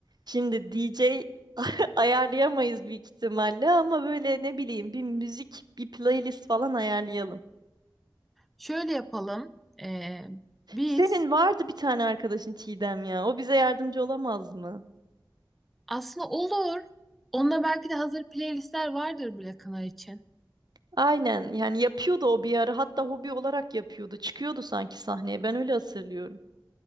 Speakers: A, on the right (about 55°); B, in the centre.
A: Şimdi DJ <laughs> ayarlayamayız büyük ihtimalle ama böyle ne bileyim bir müzik, bir playlist falan ayarlayalım.
B: Şöyle yapalım. Ee, biz
A: Senin vardı bir tane arkadaşın Çiğdem ya. O bize yardımcı olamaz mı?
B: aslında olur. Onda belki de hazır playlistler vardır bile kına için.
A: Aynen yani yapıyordu o bir ara hatta hobi olarak yapıyordu. Çıkıyordu sanki sahneye ben öyle hatırlıyorum.